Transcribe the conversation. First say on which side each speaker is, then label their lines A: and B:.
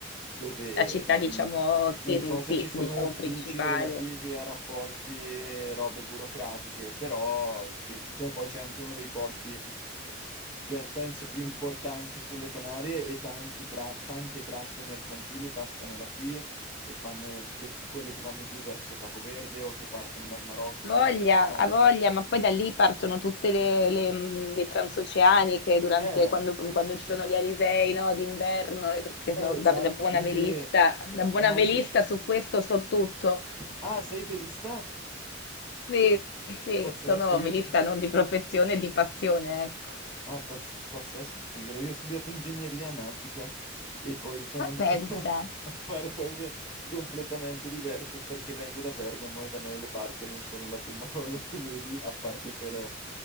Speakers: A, on the left (about 20°); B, on the left (about 60°).
A: dove
B: la città
A: non,
B: diciamo sì,
A: non
B: mhmm,
A: so
B: sì,
A: se ci sono
B: diciamo
A: uffici
B: principale.
A: relativi a rapporti e robe burocratiche, però sì, cioè, poi c'è anche uno dei porti, pe- penso, più importanti sulle Canarie e tanti tra- tante tratte mercantili passano da qui e fanno che- quelle che vanno giù verso Capoverde o che partono dal Marocco,
B: Voglia,
A: quindi è una città anche...
B: ha voglia, ma poi da lì partono tutte le, le, mh, le transoceaniche durante,
A: Eh,
B: quando,
A: sì,
B: quando
A: sì, sì.
B: ci sono
A: Eh,
B: gli alisei, no, d'inverno, eh, perché
A: esatto,
B: so- da, da buona
A: quindi
B: velista,
A: è
B: da buona
A: anche
B: velista su questo so tutto.
A: Ah, sei velista?
B: Sì, sì,
A: Pazzesco,
B: sono
A: io...
B: velista
A: stu-
B: non di professione, di passione, ecco.
A: Ah, pazz- pazzesco, Figaro. Io ho studiato ingegneria nautica e poi sono
B: Ma
A: andato
B: pensa,
A: <laughs> a a fare cose completamente diverse perché vengo da Bergamo e da noi le barche non sono la prima <laughs> cosa che vedi, a parte per...